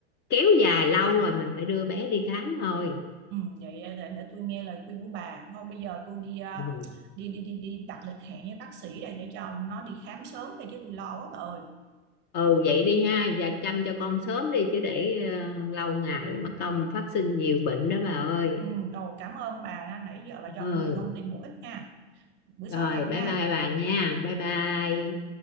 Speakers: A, on the left; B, on the right.
A: kéo dài lâu rồi mình phải đưa bé đi khám thôi
B: Ừ, vậy để, để tôi nghe lời khuyên của bà. Thôi bây giờ tôi đi à,
A: ừ
B: đi đi đi đi đặt lịch hẹn với bác sĩ đây để cho nó đi khám sớm đây chứ tôi lo quá bà ơi.
A: Ừ, vậy đi ha và chăm cho con sớm đi chứ để ờ, lâu ngày mất công phát sinh nhiều bệnh đó bà ơi
B: Ừ, đồ cảm ơn bà nãy giờ bà cho
A: ừ
B: tôi nhiều thông tin bổ ích nha. Bữa sau
A: rồi
B: gặp
A: bye
B: nha.
A: bye bà nha bye bye